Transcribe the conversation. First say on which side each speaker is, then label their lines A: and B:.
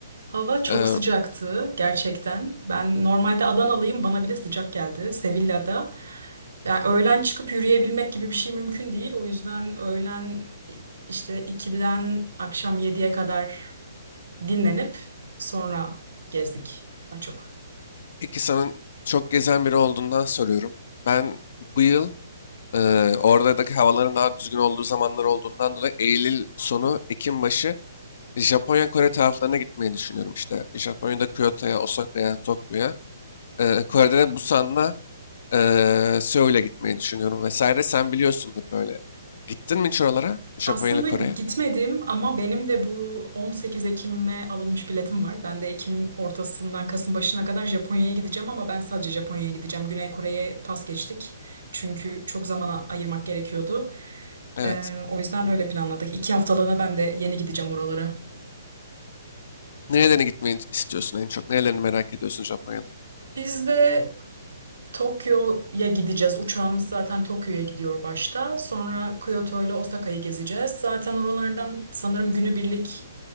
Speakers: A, on the right (about 80°); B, on the left (about 55°).
A: Hava çok
B: E,
A: sıcaktı gerçekten. Ben normalde Adanalıyım, bana bile sıcak geldi Sevilla'da. Yani öğlen çıkıp yürüyebilmek gibi bir şey mümkün değil. O yüzden öğlen işte iki'den akşam yediye kadar dinlenip sonra gezdik daha çok.
B: Peki sana çok gezen biri olduğundan soruyorum. Ben bu yıl e, oradaki havaların daha düzgün olduğu zamanlar olduğundan dolayı Eylül sonu, Ekim başı Japonya, Kore taraflarına gitmeyi düşünüyorum işte. Japonya'da Kyoto'ya, Osaka'ya, Tokyo'ya. E, Kore'de de Busan'la e, Seul'e gitmeyi düşünüyorum vesaire. Sen biliyorsundur böyle. Gittin mi hiç oralara? Japonya
A: Aslında
B: ile Kore'ye?
A: gitmedim ama benim de bu 18 Ekim'e alınmış biletim var. Ben de Ekim ortasından Kasım başına kadar Japonya'ya gideceğim ama ben sadece Japonya'ya gideceğim. Güney Kore'ye pas geçtik. Çünkü çok zaman a- ayırmak gerekiyordu.
B: Evet.
A: Ee, o yüzden öyle planladık. İki haftalığına ben de yeni gideceğim oralara.
B: Nerelerine gitmeyi istiyorsun en çok? Nerelerini merak ediyorsun Japonya'da?
A: Biz de Tokyo'ya gideceğiz. Uçağımız zaten Tokyo'ya gidiyor başta. Sonra Kyoto ile Osaka'yı gezeceğiz. Zaten oralardan sanırım günübirlik